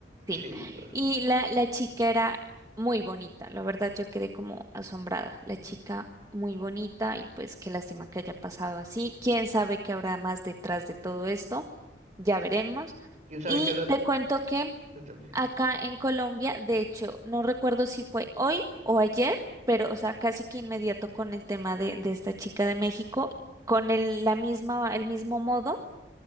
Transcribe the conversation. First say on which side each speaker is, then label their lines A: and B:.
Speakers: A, on the right; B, on the right.
A: Sí.
B: Sí, pues,
A: Y la, la chica era muy bonita. La verdad, yo quedé como asombrada. La chica muy bonita y pues qué lástima que haya pasado así. ¿Quién sabe qué habrá más detrás de todo esto? Ya veremos.
B: quién sabe
A: Y
B: qué hora.
A: te cuento que
B: Cuéntame.
A: acá en Colombia, de hecho, no recuerdo si fue hoy o ayer, pero o sea, casi que inmediato con el tema de, de esta chica de México, con el, la misma, el mismo modo